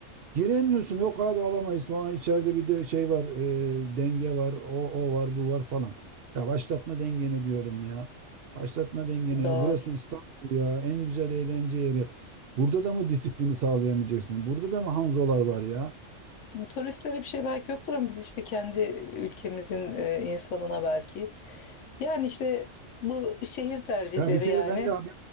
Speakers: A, on the right (about 60°); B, on the left (about 75°).
A: Giremiyorsun. Yok abi alamayız falan. İçeride bir de şey var. e, denge var. O, o var bu var falan. Ya başlatma dengeni diyorum ya. Başlatma dengeni
B: Doğru.
A: ya. Burası İstanbul ya. En güzel eğlence yeri. Burada da mı disiplini sağlayamayacaksın? Burada da mı Hanzolar var ya?
B: Turistlere bir şey belki yoktur ama biz işte kendi ülkemizin e, insanına belki. Yani işte bu şehir tercihleri
A: Ya bir kere
B: yani.
A: bende abi